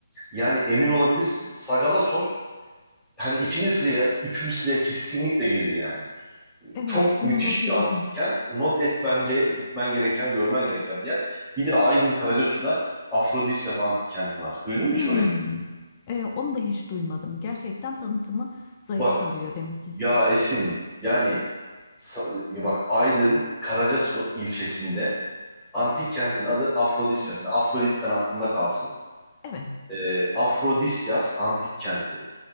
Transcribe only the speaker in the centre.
yani emin olabilirsin. Sagalassos hani ikinci sıraya, üçüncü sıraya kesinlikle gelir yani.
Çok
müthiş
bir antikken not et bence gitmen gereken, görmen gereken bir yer. Bir de Aydın Karacasu'da Afrodisyas antik kenti var. Duydun mu
hiç orayı?
Bak
ya Esin yani ya bak Aydın Karacasu ilçesinde antik kentin adı Afrodisyas. Yani Afrodit'ten aklında kalsın.
Ee, Afrodisyas antik kenti.